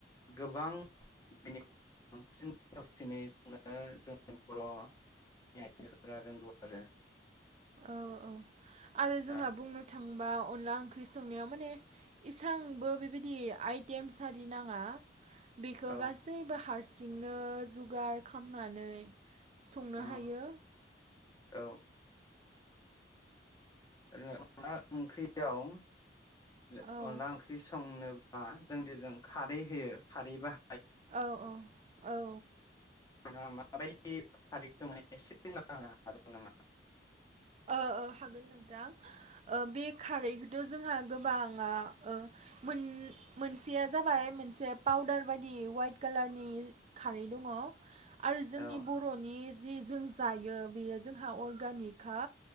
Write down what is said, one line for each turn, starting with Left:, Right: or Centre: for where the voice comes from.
Left: गोबां बेनि बांसिन गोथावसिनै संनो जोंनि बरनि आइजोफोरा रोंगौ आरो
Right: औ औ आरो जोंहा
Left: दा
Right: बुंनो थां बा अनला ओं संनायाव माने इसेबांबो बेबायदि आइटेमस नाङा बिखौ
Left: औ
Right: गासैबो हार हारसिंनो जुगार खामनानै संनो
Left: औ
Right: हायो
Left: औ <unintelligible> अनला ओंख्रियाव अनला
Right: औ
Left: ओंख्रि संनो जोंदि जों खारै होयो खारै बाहा
Right: औ औ औ
Left: नोंथाङा माबायदि खारै सङो नोंथाङा एसे बुंनो हागोन नामा
Right: ओ ओ हागोन नोंथां बे ओ खारैखोथ जोंहा गोबाङा ओ मोन मोनसेया जाबाय मोनसे पाउदार बायदि वाइट कालारनि खारै दङ आरो जोंनि
Left: औ
Right: बरनि जि जों जायो बेयो जोंहा अर्गानिक खा